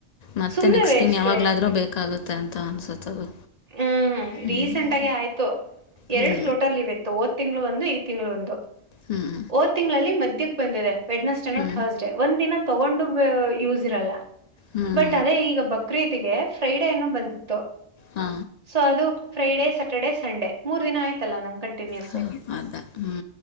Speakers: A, on the left; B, on the right.
A: ಮತ್ತೆ
B: ಸುಮ್ನೆ
A: ನೆಕ್ಸ್ಟ್
B: ವೇಸ್ಟು
A: ಇನ್ ಯಾವಾಗ್ಲಾದ್ರೂ ಬೇಕಾಗುತ್ತೆ ಅಂತ ಅನ್ಸುತ್ತದು
B: ಹ್ಮ್
A: ಹ್ಞೂ
B: ರೀಸೆಂಟ್ ಆಗಿ ಆಯ್ತು
A: ಹ್ಞೂ
B: ಎರಡು ಫ್ಲೋಟರ್ಲ್ಲಿ ಇವೆ ಓದು ತಿಂಗಳು ಒಂದು ಈ ತಿಂಗಳು ಒಂದು
A: ಹ್ಮ್
B: ಓದ್ ತಿಂಗಳಲ್ಲಿ ಮದಕ್ ಬಂದಿದೆ ವೆಡ್ನಸ್ಡೇನೋ
A: ಹ್ಞೂ ಹ್ಞೂ
B: ಥರ್ಸ್ ಡೇ ಒಂದ ದಿನ ತೊಗೊಂಡು ಯೂಸ್ ಇರಲ್ಲ
A: ಹ್ಮ
B: ಬಟ್ ಅದೇ ಈಗ ಬಕ್ರೀತಿಗೆ ಫ್ರೈಡೇನು ಬಂದಿತ್ತು
A: ಹಾ
B: ಸೊ ಅದು ಫ್ರೈಡೆ ಸ್ಯಾಟರ್ಡೆ ಸಂಡೆ ಮೂರ್ ದಿನ ಆಯ್ತಲ್ಲ ನಂಗೆ ಕಂಟಿನ್ಯೂಸ್
A: ಹಾಂ ಅದೇ ಹ್ಞೂ